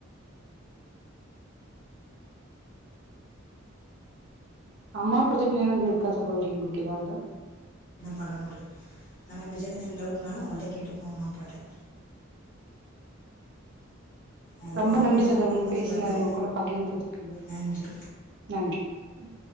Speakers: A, on the right; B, on the left.
A: அம்மா பொறுத்து நினைவுகள் இருக்கா சகோதரி உங்களுக்கு எதாவது
B: என்ன பண்ணனுன்றது நம்ம இப்ப சின்ன சின்ன டவுட்னாலு அவுங்கள்ட்ட கேட்டுப்போ அம்மா அப்பாட்ட அதுதான்
A: ரொம்ப
B: எப்பயுமே
A: நன்றி சகோதரி
B: ஒரு குடும்பத்துக்கு
A: உங்க பேசினது
B: வந்து
A: உங்க கூட பகிர்ந்ததுக்கு
B: நன்றி
A: நன்றி ம்